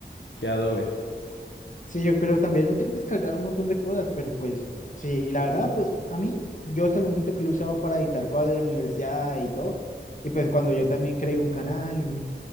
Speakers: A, on the left (about 80°); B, on the left (about 45°).
A: que Adobe.
B: Sí, yo creo también uno tiene que descargar un montón de cosas, pero pues sí, y la verdad, pues a mí, yo hasta el momento que lo he usado para editar cosas de la universidad y todo, y pues cuando
A: Sí.
B: yo también creé un canal y,